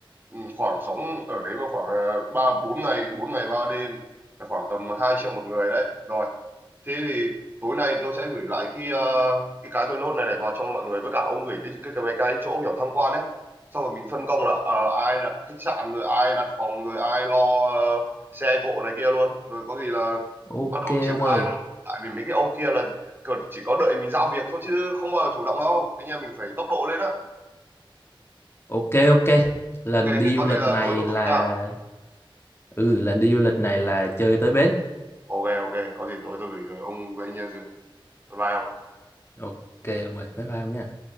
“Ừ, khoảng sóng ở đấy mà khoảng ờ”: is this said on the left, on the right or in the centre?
Right